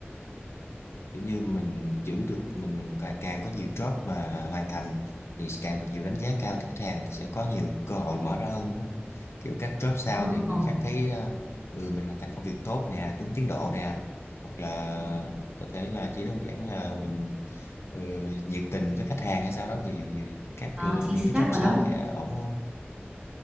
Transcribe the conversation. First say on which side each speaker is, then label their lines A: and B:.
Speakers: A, on the left; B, on the right.
A: Kiểu như mình giữ được mình mình càng, càng có nhiều job mà hoàn thành thì càng được nhiều đánh giá cao từ khách hàng thì sẽ có nhiều cơ hội mở ra hơn đúng không? Kiểu các job sau
B: Đúng
A: thì người
B: rồi.
A: khác thấy ờ, ừ mình hoàn thành công việc tốt nè, đúng tiến độ nè hoặc là có thể là chỉ đơn giản là mình ừ, nhiệt tình với khách hàng hay sau đó thì các
B: Đó,
A: những
B: chính xác
A: cái job
B: rồi
A: sau
B: đó.
A: sẽ ổn hơn.